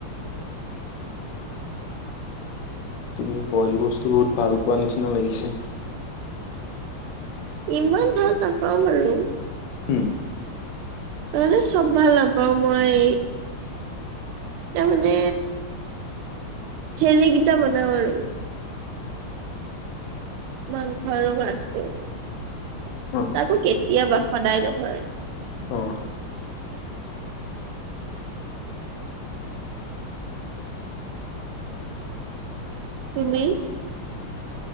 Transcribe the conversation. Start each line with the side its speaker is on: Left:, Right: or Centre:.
Left: তুমি বইল বস্তু বহুত ভাল পোৱা নিচিনা লাগিছে।
Right: ইমান ভাল নাপাওঁ বাৰু।
Left: উম।
Right: নহলে চব ভাল নাপাওঁ মই। তাৰমানে হেলিকিটা বনাওঁ আৰু। মাংস আৰু মাছটো।
Left: অ',
Right: তাকো কেতিয়াবা, সদায় নহয়।
Left: অ'।
Right: তুমি?